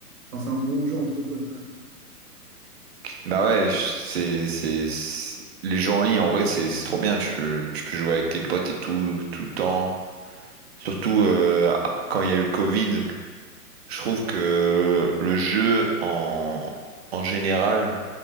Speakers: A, on the right; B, on the right.
A: Enfin c'est un bon jeu entre potes quoi.
B: Bah ouais, je- c'est, c'est, c'est- les jeux en ligne, en vrai, c'est c'est trop bien. Tu peux, tu peux jouer avec tes potes et tout, tout le temps. Surtout euh, quand il y a eu le Covid, je trouve que le jeu en, en général,